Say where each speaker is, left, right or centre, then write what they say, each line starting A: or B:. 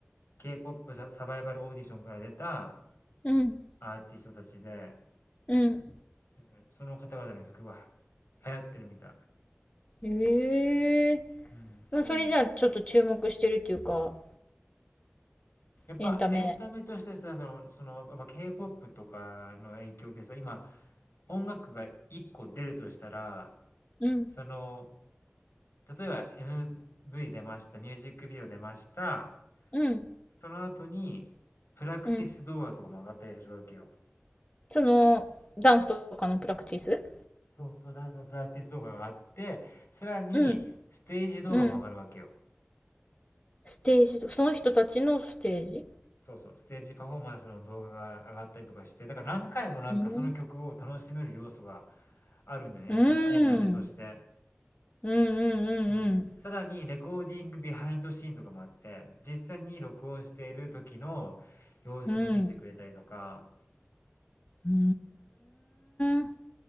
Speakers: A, on the left; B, on the left.
A: K-POP ササバイバルオーディションから出た
B: うん。
A: アーティストたちで、
B: うん。
A: うん、その方々の曲が流行ってるみたい。
B: ええ
A: うん。
B: まあ、それじゃあ、ちょっと注目してるっていうか、
A: やっぱエンタメとしてさ、
B: エンタメ。
A: そのその、やっぱ K-POP とかの影響でさ、今、音楽が1個出るとしたら、
B: うん。
A: その、例えば MV 出ました、ミュージックビデオ出ました、
B: うん。
A: その後に、プラクティス動画とかも上がったりするわけよ。
B: うん。その、ダンスとかのプラクティス
A: そう、そう、ダンスのプラクティス動画が上がって、さらに、
B: うん。
A: ステージ動画も上がるわけよ。
B: うん。ステージと、その人たちのステージ
A: そうそう、ステージパフォーマンスの動画が上がったりとかして、だから何回もなんかその曲を楽しめる要素が
B: うん。
A: あるんだよね、
B: うーん。
A: エンタ、エンタメとして。
B: うんうん
A: うん。さらにレコーディングビハインドシーンとかもあって、実際に録音している時の様子も見せてくれたりとか。
B: うんうん。うん。うーん。も